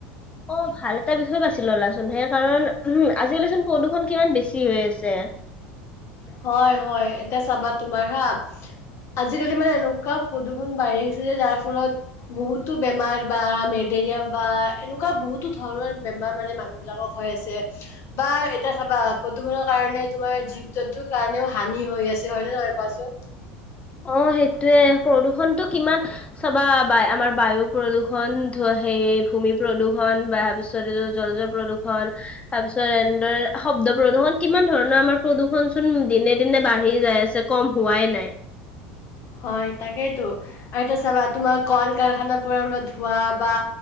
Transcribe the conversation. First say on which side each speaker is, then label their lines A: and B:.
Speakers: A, on the left; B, on the left.
A: অ ভাল এটা বিষয় বাচি ললাচোন সেই কাৰণ উ আজিকালিচোন প্ৰদূষণ কিমান বেছি হৈ আছে।
B: হয় হয় এতিয়া চাবা তোমাৰ হা আজিকালি মানে এনেকুৱা প্ৰদূষণ বাঢ়ি গৈছে যে যাৰ ফলত বহুতো বেমাৰ বা মেলেৰিয়া বা এনেকুৱা বহুতো ধৰণৰ বেমাৰ মানে মানুহবিলাকক হৈ আছে বা এতিয়া চাবা প্ৰদূষণৰ কাৰণে তোমাৰ যি জন্তুৰ কাৰণেও হানি হৈ আছে হয় নে নহয় কোৱাচোন।
A: অ সেইটোৱে প্ৰদূষণটো কিমান চাবা বা আমাৰ বায়ু প্ৰদূষণ ধু হে ভূমি প্ৰদূষণ বা পিছ পিছত জলজ প্ৰদূষণ তাৰপিছত এনেদৰে শব্দ প্ৰদূষণ কিমান ধৰণৰ আমাৰ প্ৰদূষণ চোন দিনে, দিনে বাঢ়ি যায় আছে, কম হোৱাই নাই।
B: হয় তাকেইতো, আৰু এতিয়া চাবা তোমাৰ কল-কাৰখানাৰ পৰা ওলোৱা ধোৱা বা